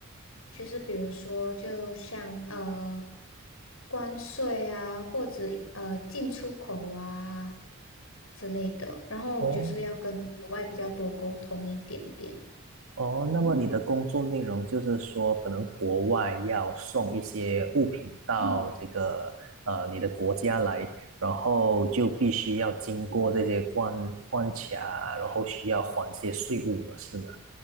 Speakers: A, on the left; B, on the right.
A: 就是比如说，就像呃关税啊，或者呃进出口啊之类的。然后我就是要跟国外比较多沟通一点点。
B: 哦哦，那么你的工作内容就是说，可能国外要送一些物品到这个呃你的国家来，然后就必须要经过这些关关卡，然后需要还这些税务的是吗？